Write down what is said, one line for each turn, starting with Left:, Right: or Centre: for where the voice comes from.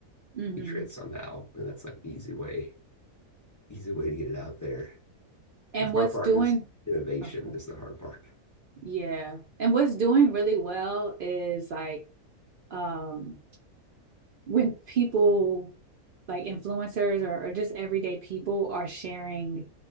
Right: Mm-hmm.
Left: feature it somehow, and that's like easy way easy way to get it out there.
Right: And
Left: But the
Right: what's
Left: hard part
Right: doing,
Left: is innovation
Right: oh, good.
Left: is the hard part.
Right: yeah. And what's doing really well is like um, when people like influencers or, or just everyday people are sharing